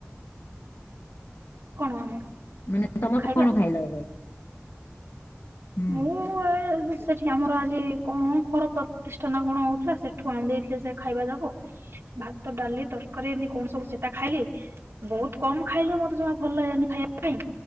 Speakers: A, on the right; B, on the left.
A: କଣ ଆମର?
B: ମାନେ ତମର
A: ଖାଇବା?
B: କଣ ଖାଇଲ ଏବେ। ହୁଁ
A: ମୁଁ ଏ ଉ ସେଠି ଆମର ଆଜି କଣ ଘର ପ୍ରତିଷ୍ଠା ନା କଣ ହଉଥିଲା ସେଠୁ ଆଣିଦେଇଥିଲେ ସେ ଖାଇବା ଯାକ। ଭାତ ଡାଲି ତରକାରୀ ଏମିତି କଣ ସବୁ ସେଟା ଖାଇଲି। ବହୁତ କମ ଖାଇଲି ମତେ ଜମା ଭଲ ଲାଗି ଲାନି ଖାଇବା ପାଇଁ